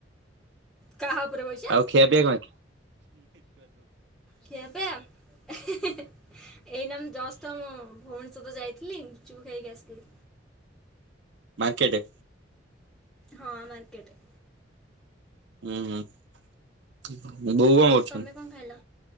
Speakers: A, in the centre; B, on the right (about 65°).
A: କାହା ଉପରେ ବଇଚା
B: ଆଉ ଖିଆ ପିଆ କ ହେ
A: ଖିଆ ପିଆ ହିଁ ହିଁ ହିଁ ଏଇ ନା ମୁଁ ଜଷ୍ଟ ତ ମୁଁ ଭୁବନେଶ୍ୱର ତ ଯାଇଥିଲି ଗୁପୁଚୁପୁ ଖାଇକି ଆସିଥିଲି।
B: ମାର୍କେଟେ।
A: ହଁ ମାର୍କେଟେ।
B: ହୁଁ ହୁଁ। ବୋଉ କଣ
A: ଆଉ
B: କରୁଛନ୍ତି?
A: ତମେ କଣ ଖାଇଲ?